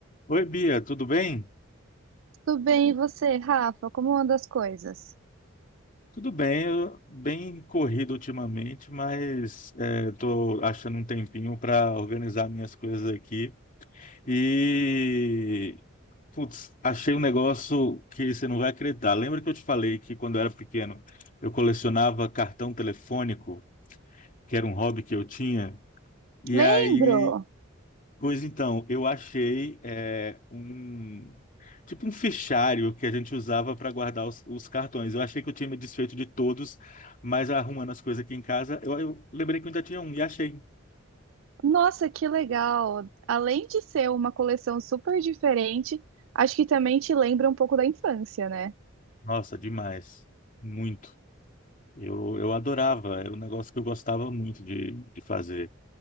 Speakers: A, on the left (about 40°); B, on the right (about 70°).
A: Oi, Bia, tudo bem?
B: Tudo bem, e você, Rafa? Como anda as coisas?
A: Tudo bem, eu bem corrido ultimamente, mas estou achando um tempinho para organizar minhas coisas aqui. E, putz, achei um negócio que você não vai acreditar. Lembra que eu te falei que quando eu era pequeno eu colecionava cartão telefônico, que era um hobby que eu tinha? E
B: Lembro!
A: aí Pois então, eu achei é, um tipo um fichário que a gente usava para guardar os, os cartões. Eu achei que eu tinha me desfeito de todos, mas arrumando as coisas aqui em casa, eu, eu lembrei que eu ainda tinha um e achei.
B: Nossa, que legal! Além de ser uma coleção super diferente, acho que também te lembra um pouco da infância, né?
A: Nossa, demais. Muito. Eu, eu adorava, era um negócio que eu gostava muito de, de fazer.